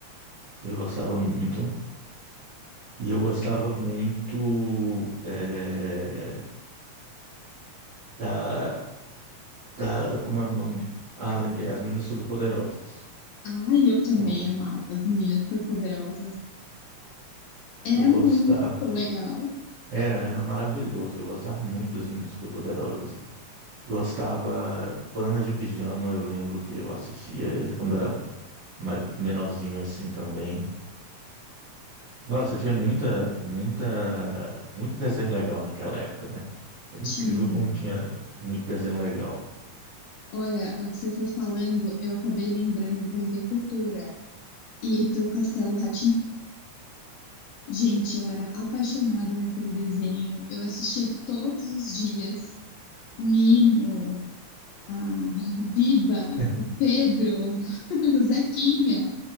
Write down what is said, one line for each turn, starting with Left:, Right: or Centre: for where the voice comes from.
Right: Eu gostava muito. E eu gostava muito eh, da, da. Como é o nome? Ah, lembrei. As Meninas Superpoderosas.
Left: Ai, eu também
Right: Então,
Left: amava as meninas superpoderosas. Era
Right: eu gostava.
Left: muito legal.
Right: Era, era maravilhoso. Eu gostava muito das Meninas Superpoderosas. Gostava. Bananas de Pijama, eu lembro que eu assistia quando era ma- menorzinho assim também. Nossa, tinha muita, muita, muito desenho legal naquela época, né? Era
Left: Tinha.
Right: incrível como tinha muito desenho legal.
Left: Olha, o que você foi falando, eu acabei lembrando da TV Cultura e do Castelo rá Gente, eu era apaixonada naquele desenho. Eu assistia todos os dias. Nino, a Biba,
Right: <laughs>
Left: o Pedro, <laughs> o Zequinha.